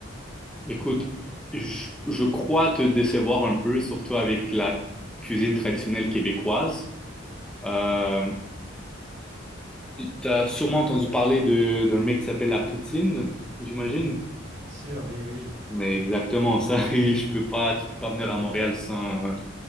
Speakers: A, in the centre; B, on the right.
A: Écoute, je, je crois te décevoir un peu, surtout avec la cuisine traditionnelle québécoise. Euh, tu as sûrement entendu parler de, d'un mec qui s'appelle la poutine, j'imagine.
B: Mmh. Bien sûr, oui, oui.
A: Mais exactement ça, <laughs> et je peux pas, tu peux pas venir à Montréal sans,